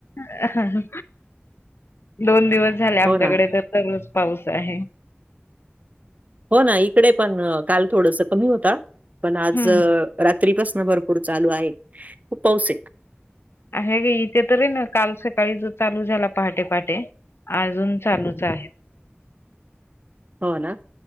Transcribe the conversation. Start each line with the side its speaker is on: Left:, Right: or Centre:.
Left: हहं, दोन दिवस झाले, आमच्याकडे
Right: हो ना.
Left: तर दररोज पाऊस आहे.
Right: हो ना इकडे पण काल थोडस कमी होता, पण आज
Left: हम्म.
Right: रात्रीपासन भरपूर चालू आहे, खूप पाऊस ये
Left: आहे, इथे तररी ना काल सकाळी चालू झाला पहाटे-पहाटे. अजून चालूच आहे.
Right: हो ना.